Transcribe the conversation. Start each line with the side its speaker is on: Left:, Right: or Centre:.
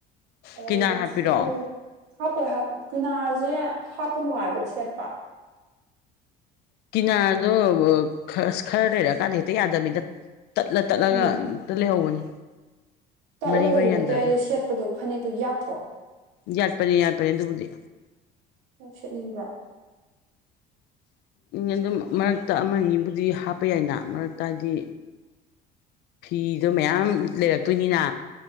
Right: ꯑꯣꯔꯦꯟꯖꯇꯁꯨ
Left: ꯀꯤꯅꯥꯔ ꯍꯥꯞꯄꯤꯔꯛꯑꯣ
Right: ꯍꯥꯞꯄꯣꯏ ꯍꯥꯞꯄ ꯀꯨꯅꯥꯔꯁꯦ ꯍꯥꯞꯄ ꯅꯨꯡꯉꯥꯏꯕ꯭ꯔ‌ꯣ ꯁꯦꯠꯄ
Left: ꯀꯤꯅꯥꯔꯗꯣ ꯈ ꯈꯔꯥ ꯂꯩꯔꯛꯀꯥꯟꯗ ꯍꯦꯛꯇ ꯌꯥꯗꯃꯤꯗ ꯇꯠꯂꯥ ꯇꯠꯂꯥꯒ
Right: ꯎꯝ
Left: ꯇꯥ ꯂꯩꯍꯧꯕꯅꯤ
Right: ꯇꯠꯂꯒꯁꯨ
Left: ꯃꯔꯤ ꯃꯔꯤ ꯌꯥꯟꯊꯔꯒ
Right: ꯅꯠꯇꯦ ꯑꯩꯗꯤ ꯁꯦꯠꯄꯗꯣ ꯐꯅꯦꯛꯇꯣ ꯌꯥꯠꯇ꯭ꯔꯣ
Left: ꯌꯥꯠꯄꯅꯦ ꯌꯥꯠꯄꯅꯦ ꯑꯗꯨꯕꯨꯗꯤ
Right: ꯅꯪ ꯁꯦꯠꯅꯤꯡꯕ꯭ꯔꯥ
Left: ꯑꯗꯨꯝ ꯃꯔꯛꯇ ꯑꯃ ꯑꯅꯤꯕꯨꯗꯤ ꯍꯥꯞꯄ ꯌꯥꯏꯅ ꯃꯔꯛꯇ ꯍꯥꯏꯗꯤ ꯐꯤꯗꯣ ꯃꯌꯥꯝ ꯂꯩꯔꯛꯇꯣꯏꯅꯤꯅ